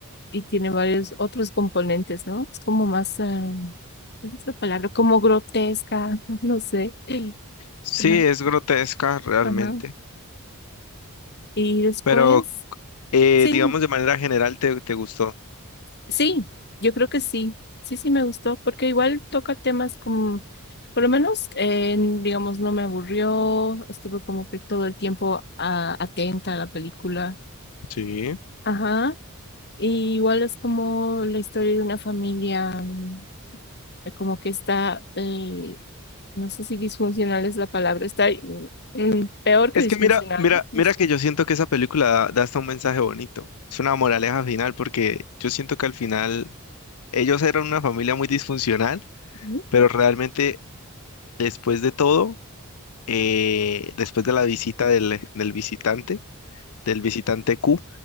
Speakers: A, on the left; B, on the left.
A: y tiene varios otros componentes, ¿no? Es como más, ah, ¿cuál es la palabra? Como grotesca, <laughs> no sé.
B: Sí,
A: Ajá.
B: es grotesca realmente.
A: ajá. Y después,
B: Pero, eh,
A: sí.
B: digamos, de manera general, ¿te, te gustó?
A: Sí, yo creo que sí, sí, sí me gustó, porque igual toca temas como, por lo menos, eh, digamos, no me aburrió, estuve como que todo el tiempo ah, atenta a la película.
B: Sí.
A: Ajá, y igual es como la historia de una familia, mm, eh, como que está, eh, no sé si disfuncional es la palabra, está mm, peor que
B: Es
A: disfuncional,
B: que mira, mira,
A: no
B: mira
A: sé.
B: que yo siento que esa película da, da hasta un mensaje bonito. Es una moraleja final porque yo siento que al final ellos eran una familia muy disfuncional,
A: Ujú.
B: pero realmente después de todo, eh, después de la visita del, del visitante, del visitante Q,